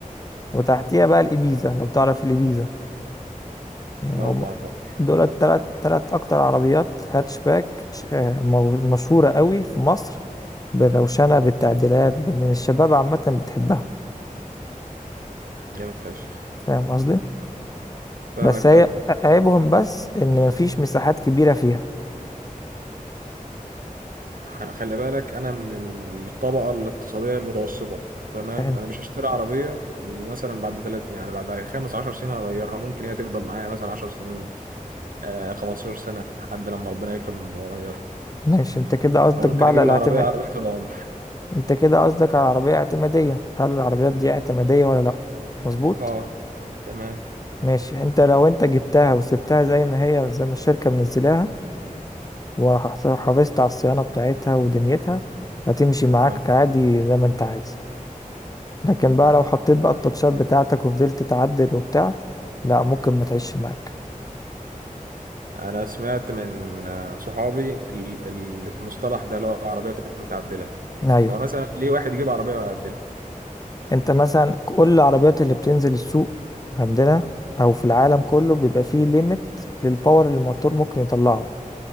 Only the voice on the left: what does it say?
وتحتيها بقى الإبيزا لو تعرف الإبيزا يعني
هم
دول التلات تلات أكتر عربيات هاتشباك ش- آه، مو- مشهورة قوي في مصر بالروشنة بالتعديلات بال- الشباب عامة بتحبها
فاهم قصدي
بس هي
عيبهم بس إن مفيش مساحات كبيرة فيها
فاهم
ماشي انت كده قصدك
بقى على
الاعتماد
انت كده قصدك على عربية اعتمادية هل العربيات دي اعتمادية ولا لأ مظبوط
ماشي انت لو انت جبتها وسبتها زي ما هي زي ما الشركة منزلاها وحف- وحافظت على الصيانة بتاعتها ودنيتها هتمشي معاك
عادي زي ما انت عايز لكن بقى لو حطيت بقى التاتشات بتاعتك وفضلت تعدل وبتاع لا ممكن ما تعيش معاك
ايوه
انت مثلا كل العربيات اللي بتنزل السوق عندنا او في العالم كله بيبقى فيه ليميت للباور اللي الموتور ممكن يطلعه